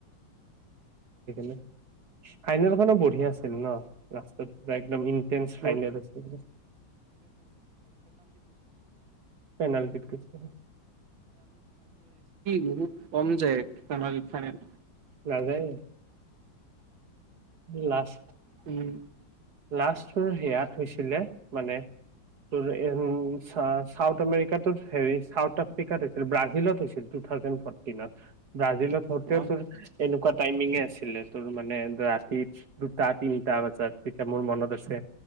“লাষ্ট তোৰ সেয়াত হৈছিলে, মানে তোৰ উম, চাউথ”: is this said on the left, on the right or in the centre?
Right